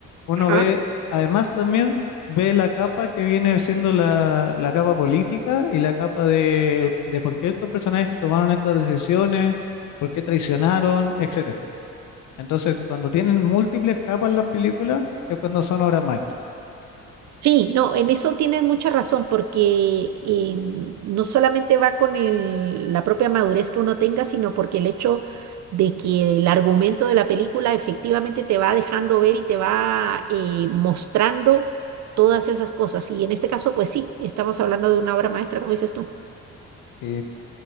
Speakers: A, on the left (about 75°); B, on the right (about 65°).
A: uno
B: Ajá.
A: ve, además también ve la capa que viene siendo la, la capa política y la capa de, de por qué estos personajes tomaron estas decisiones, por qué traicionaron, etcétera entonces, cuando tienen múltiples capas las películas, es cuando son obras maestras.
B: Sí, no, en eso tienes mucha razón, porque em, no solamente va con el- la propia madurez que uno tenga, sino porque el hecho de que el argumento de la película efectivamente te va dejando ver y te va eh, mostrando todas esas cosas. Y en este caso, pues sí, estamos hablando de una obra maestra, como dices tú.
A: Sí,